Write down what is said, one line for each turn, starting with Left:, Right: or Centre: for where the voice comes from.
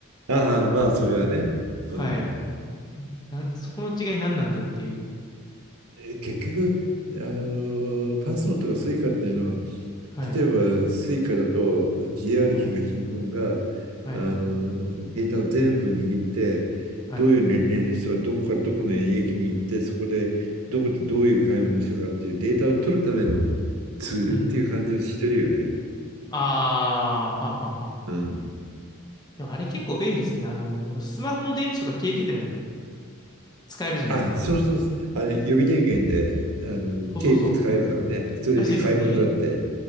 Right: うん。ああ、まあそれはね。
Left: はい。
Right: うん。
Left: な、そこの違い何なんだっていう。
Right: え結局、あの、パスモとかスイカっていうのは、
Left: はい。
Right: 例えばスイカだと JR
Left: はい。
Right: 東日本が
Left: はい、
Right: あのデータを全部握ってどういう年齢の人がどこからどこの駅に行ってそこでどこでどういう買い物をしたかっていうデータを取るための
Left: はい。はい。
Right: ツールっていう感じをしてるよね。
Left: うん。あー、はあはあはあ。
Right: うん。
Left: でもあれ結構便利ですよね。あの、スマホの電池とか消えてても、使えるじゃないですか。
Right: あ、そうそう、あれ予備電源であの定期使えるからね。
Left: そうそうそ
Right: それで買い物だって。
Left: う。らしいですよね。